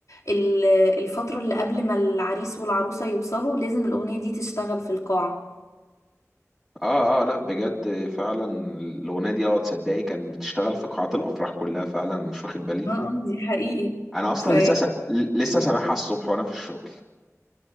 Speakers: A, on the left; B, in the centre.
A: ال- الفترة اللي قبل ما العريس والعروسة يوصلوا لازم الاغنية دي تشتغل في القاعة
B: اه اه لا بجد فعلا الأغنية دي اه تصدقي كان بتشتغل في قاعات الأفراح كلها فعلا أنا مش واخد بالي
A: اه اه دي حقيقي
B: أنا أصلا
A: في
B: لسه س... بجد لسه سامعها الصبح وأنا في الشغل